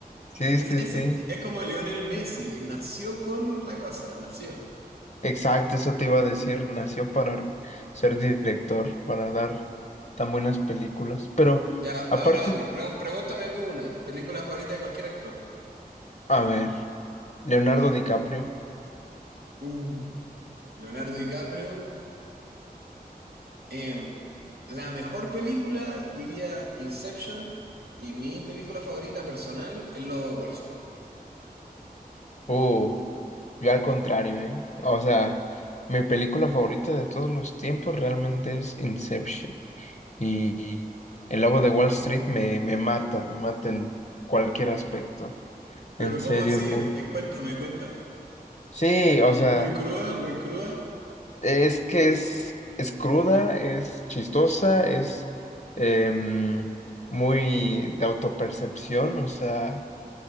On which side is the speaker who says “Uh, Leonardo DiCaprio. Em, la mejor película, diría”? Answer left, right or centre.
Right